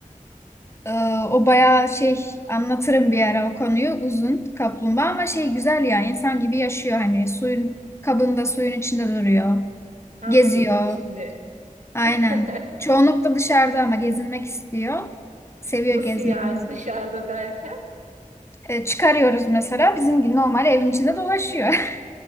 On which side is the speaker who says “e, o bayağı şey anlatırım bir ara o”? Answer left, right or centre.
Left